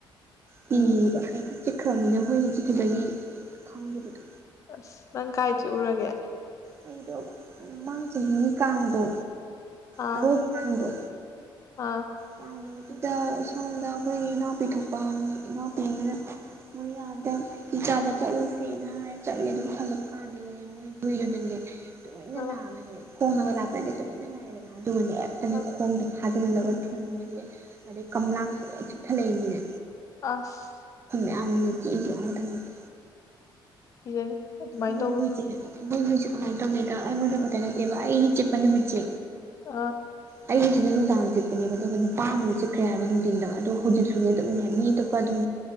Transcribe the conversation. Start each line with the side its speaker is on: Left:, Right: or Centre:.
Right: ꯀꯤꯕ
Left: ꯎꯝ
Right: ꯍꯥꯏꯗꯤ ꯆꯤꯛꯈ꯭ꯔꯕꯅꯤꯅ ꯍꯨꯏꯅ ꯆꯤꯛꯈꯤꯕꯒꯤ ꯈꯪꯒꯤꯕꯗꯣ
Left: ꯑꯁ ꯅꯪ ꯀꯥꯏ ꯆꯤꯛꯎꯔꯒꯦ
Right: ꯑꯩꯗꯣ ꯃꯃꯥꯡ ꯆꯍꯤꯒꯤ ꯀꯥꯡꯗꯣ
Left: ꯑꯥ
Right: ꯑꯔꯣꯏꯕ ꯀꯥꯡꯗꯣ
Left: ꯑꯥ
Right: ꯀꯥꯡ ꯅꯨꯃꯤꯠꯇꯨꯗ ꯁꯣꯝꯗ ꯑꯩꯈꯣꯏꯒꯤ ꯏꯅꯥꯎꯄꯤꯊꯣꯛꯄ ꯏꯅꯥꯎꯄꯤ ꯑꯃꯅ ꯃꯣꯏ ꯌꯥꯝ ꯍꯟꯗꯛ ꯆꯥꯛꯆꯥꯕ ꯆꯠꯂꯨꯁꯦꯅ ꯍꯥꯏꯔꯦ ꯆꯠꯂꯦ ꯑꯗꯨ ꯍꯜꯂꯛꯄ ꯀꯥꯟꯁꯤꯗꯅꯦ ꯃꯣꯏ ꯍꯨꯏꯗꯨꯅꯅꯦ ꯇꯨꯃꯤꯟꯅ
Left: ꯑꯥ
Right: ꯂꯥꯛꯑꯒꯅꯦ ꯐꯣꯡꯉꯅꯒ ꯂꯥꯛꯄꯅꯠꯇꯦ ꯇꯨꯃꯤꯟꯅ ꯂꯥꯛꯑꯦꯗꯅ ꯑꯗꯨꯒꯅꯦ ꯍꯦꯛꯇꯅꯦ
Left: ꯑꯥ
Right: ꯈꯣꯡꯗ ꯐꯥꯖꯤꯜꯂꯒ ꯇꯨꯡꯗꯒꯤ ꯑꯗꯩ ꯀꯝꯂꯛꯀꯁꯦ ꯂꯣꯏ ꯆꯤꯛꯊꯠꯂꯛꯏꯅꯤꯅꯦ
Left: ꯑꯁ
Right: ꯌꯝꯅꯅꯦ ꯆꯤꯛꯏꯁꯦ ꯑꯗꯨꯃꯗꯤ
Left: ꯀꯤꯖꯩ ꯑꯗꯨꯃꯥꯏꯅ
Right: ꯃꯣꯏꯒꯤꯖꯦ
Left: ꯇꯧꯕꯗꯣ
Right: ꯃꯣꯏ ꯍꯨꯏꯁꯖꯦ ꯀꯃꯥꯏ ꯇꯧꯒꯦꯗ ꯑꯩꯉꯣꯟꯗ ꯈꯠꯇ ꯅꯠꯇꯦꯕ ꯑꯩꯒꯤ ꯆꯤꯛꯄ ꯅꯨꯃꯤꯠꯁꯦ
Left: ꯑ
Right: ꯑꯩꯒꯤꯖꯤꯅ ꯅꯨꯡꯗꯥꯡ ꯆꯤꯠꯄꯅꯦꯕ ꯑꯗꯨꯒ ꯅꯨꯄꯥ ꯑꯃꯁꯨ ꯆꯤꯛꯈ꯭ꯔꯦ ꯍꯥꯏꯕ ꯅꯨꯡꯗꯤꯟꯗ ꯑꯗꯣ ꯍꯧꯖꯤꯛꯁꯨꯅꯦ ꯑꯗꯨꯝꯅꯦ ꯃꯤ ꯑꯇꯣꯞꯄ ꯑꯗꯨꯝ